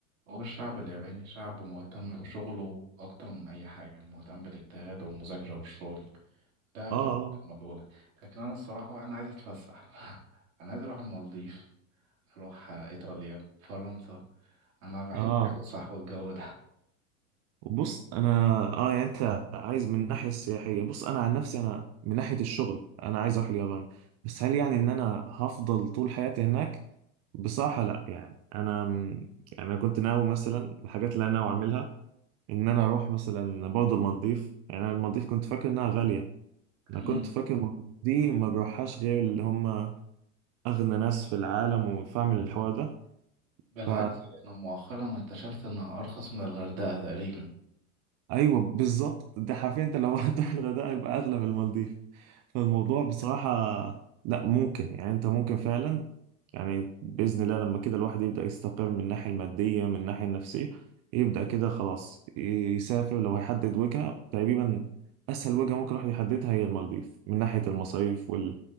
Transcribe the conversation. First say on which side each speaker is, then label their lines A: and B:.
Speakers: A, on the right (about 70°); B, on the right (about 35°).
A: هو الشعب الياباني شعب مهتم بشغله اكتر من اي حاجه مهتم بالاجتهاد والمذاكره والشغل ده هتبقى
B: اه
A: المكالمة الاولى لكن انا الصراحه انا عايز اتفسح <laughs> انا عايز اروح المالديف اروح ايطاليا فرنسا انا بحب
B: اه
A: الفسح والجو
B: بص انا اه يعني انت عايز من الناحية السياحية بص انا عن نفسي انا من ناحية الشغل انا عايز اروح اليابان بس هل يعني ان انا هفضل طول حياتي هناك بصراحة لا يعني انا يعني انا كنت ناوي مثلا الحاجات اللي انا ناوي اعملها ان انا اروح مثلا برضه المالديف يعني انا المالديف كنت فاكر انها غاليه انا
A: ده
B: كنت فاكر المالديف دي ما بروحهاش غير اللي هم اغنى ناس في العالم وفاهم الحوار ده
A: بالعكس
B: ف
A: لأنه مؤخرا اكتشفت إنها أرخص من الغردقة تقريبا
B: ايوه بالظبط ده حرفيا انت لو <laughs> هتروح الغردقه يبقى اغلى من المالديف فالموضوع بصراحه لا ممكن يعني انت ممكن فعلا يعني باذن الله لما كده الواحد يبدا يستقر من الناحيه الماديه من الناحيه النفسيه يبدا كده خلاص يسافر لو هيحدد وجهه تقريبا اسهل وجهه ممكن الواحد يحددها هي المالديف من ناحيه المصاريف وال...